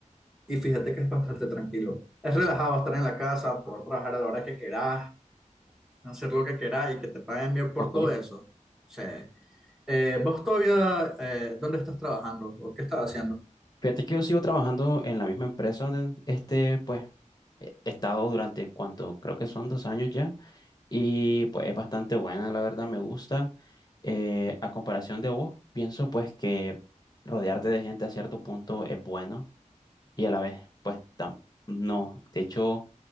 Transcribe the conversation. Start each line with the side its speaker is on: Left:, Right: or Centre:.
Centre: Y fíjate que es bastante tranquilo. Es relajado estar en la casa, poder trabajar a la hora que querás hacer lo que queráis y que te paguen bien por
Left: Ok.
Centre: todo eso. O sea, eh, vos todavía, eh, ¿dónde estás trabajando o qué estás haciendo?
Left: Fíjate que yo sigo trabajando en la misma empresa donde este, pues, he estado durante cuánto, creo que son dos años ya. Y pues es bastante buena, la verdad, me gusta. Eh, a comparación de vos, pienso pues que rodearte de gente a cierto punto es bueno y a la vez pues tam- no. De hecho,